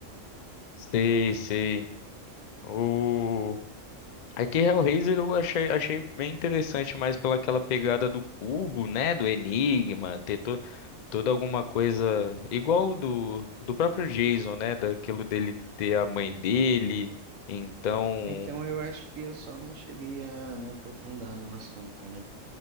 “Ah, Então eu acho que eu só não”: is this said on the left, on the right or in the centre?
Right